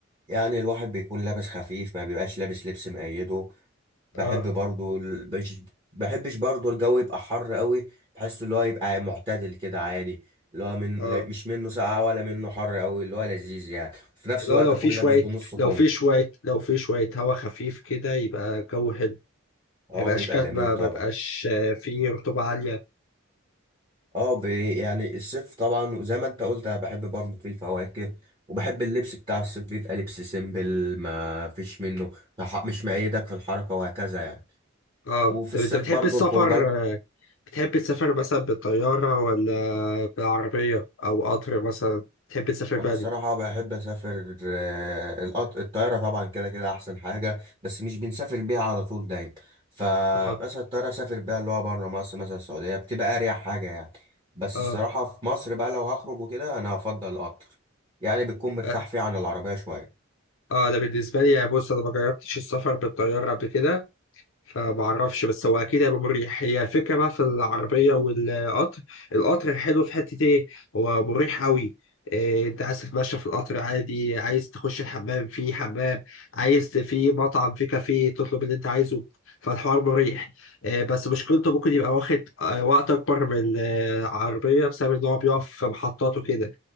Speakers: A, on the right; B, on the left.
A: يعني الواحد بيكون لابس خفيف ما بيبقاش لابس لبس مقيده بحب
B: اه
A: برضو ال... مش بحبش برضو الجو يبقى حر قوي بحس اللي هو يبقى معتدل كده عادي اللي هو من
B: اه
A: لا- مش منه ساقع ولا منه حر قوي اللي هو لذيذ يعني وفي نفس
B: لا
A: الوقت
B: لو
A: اكون
B: في شوية
A: لابس بنص كم
B: لو في شوية لو في شوية هوا خفيف كده يبقى جو حلو
A: اه
B: ما يبقاش
A: بيبقى
B: كاتبة
A: جميل طبعا
B: ما يبقاش آه، فيه رطوبة عالية
A: اه ب... يعني الصيف طبعا زي ما انت قلت أنا بحب برضو فيه الفواكه وبحب اللبس بتاع الصيف بيبقى لبس سيمبل ما فيش منه ما ح- مش مقيدك في الحركة وهكذا يعني
B: اه
A: وفي
B: طب
A: الصيف
B: انت بتحب
A: برضو
B: السفر
A: الخروجات
B: آه، بتحب تسافر مثلا بالطيارة ولا بالعربية او قطر مثلا بتحب تسافر بقى
A: انا الصراحه بحب اسافر آه، القط- الطياره طبعا كده كده احسن حاجه بس مش بنسافر بيها على طول دايما فمثلا
B: اه
A: الطياره اسافر بيها اللي هو بره مصر مثلا السعوديه بتبقى اريح حاجه يعني بس
B: اه
A: الصراحه في مصر بقى لو هخرج وكده انا هفضل القطر يعني بتكون مرتاح
B: اه
A: فيه عن العربيه شويه
B: آه، انا بالنسبة لي يعني بص انا ما جربتش السفر بالطيارة قبل كده فمعرفش بس هو اكيد هيبقى مريح هي فكره بقى في العربيه والقطر القطر حلو في حته ايه هو مريح قوي إيه انت عايز تتمشى في القطر عادي عايز تخش الحمام في حمام عايز ت- في مطعم في كافيه تطلب اللي انت عايزه فالحوار مريح إيه بس مشكلته ممكن يبقى واخد آه، وقت اكبر من آه، العربيه بسبب ان هو بيقف في محطات وكده